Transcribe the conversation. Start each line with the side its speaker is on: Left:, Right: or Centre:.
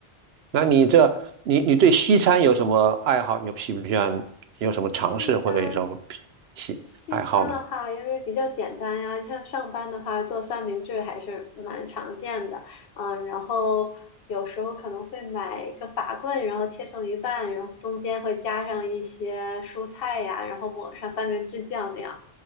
Right: 那你这你你对西餐有什么爱好？
Left: 嗯
Right: 有喜不喜欢？有什么尝试或者有什么
Left: 西餐
Right: 喜爱好呢？
Left: 西餐的话，因为比较简单呀，像上班的话做三明治还是蛮常见的，嗯，然后有时候可能会买一个法棍，然后切成一半，然后中间会加上一些蔬菜呀，然后抹上三明治酱那样，